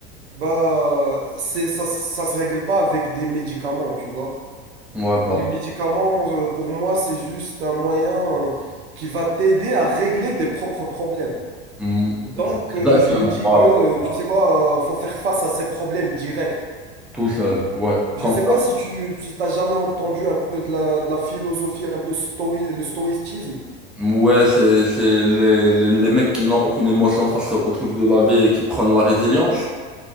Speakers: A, on the right; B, in the centre.
A: bah c'est ça, ça se règle pas avec des médicaments, tu vois.
B: Ouais, bah.
A: Les médicaments, euh, pour moi, c'est juste un moyen euh, qui va t'aider à régler tes propres problèmes.
B: mm,
A: Donc,
B: vous-
A: euh,
B: Exactement,
A: je me dis
B: voilà.
A: que, euh,
B: voilà.
A: tu sais quoi, euh, faut faire face à ces problèmes directs.
B: Tout seul, ouais.
A: Je
B: Comme
A: sais
B: ça.
A: pas si tu si t'as jamais entendu un peu de la, de la philosophie, un peu stoi- le stoïcisme.
B: Ouais, c'est c'est les, les, les mecs qui n'ont aucune émotion face au truc de la vie et qui prennent la résilience.